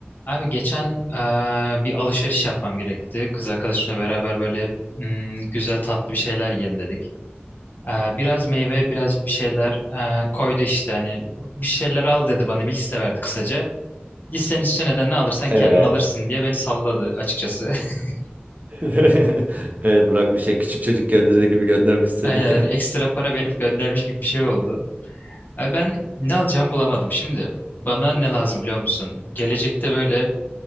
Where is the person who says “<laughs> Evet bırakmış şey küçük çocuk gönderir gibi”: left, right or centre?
Right